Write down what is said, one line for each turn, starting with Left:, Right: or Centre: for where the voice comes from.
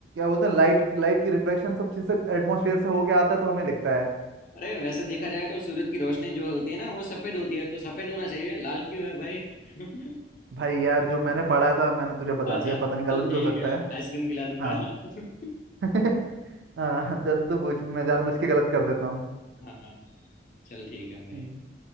Right: बोलते हैं लाइट की लाइट की रिफ्लेक्शन सब चीज से एटमोसफेयर से होके आता है तो हमें लिखता है
Left: अरे वैसे देखा जाए तो सूरज की रोशनी जो होती है ना वो सफेद होती है तो सफेद होना चाहिए लाल क्यों है भाई <laughs>
Right: भाई यार जो मैंने पढ़ा था मैंने तुझे बता
Left: अच्छा
Right: दिया पता नहीं गलत
Left: चल
Right: भी
Left: ठीक
Right: हो सकता
Left: है
Right: है
Left: आइसक्रीम खिला दूंगा
Right: हाँ
Left: <laughs>
Right: <laughs> हाँ चल तू पूछ मैं जानबूझ के गलत कर देता हूँ
Left: हाँ चल ठीक है भाई
Right: चल